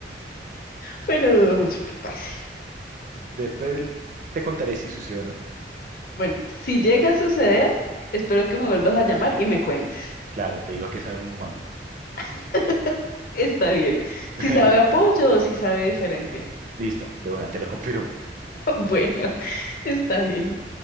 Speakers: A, on the left; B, on the right.
A: Pero dudo mucho que pase.
B: Después te contaré si sucede o no.
A: Bueno, si llega a suceder, espero que me vuelvas a llamar y me cuentes.
B: Claro, te digo que es un humano.
A: <laughs> Está bien.
B: <laughs>
A: Si sabe apoyo o si sabe diferente. <laughs>
B: Listo, de una, te lo confirmo.
A: Bueno, está bien.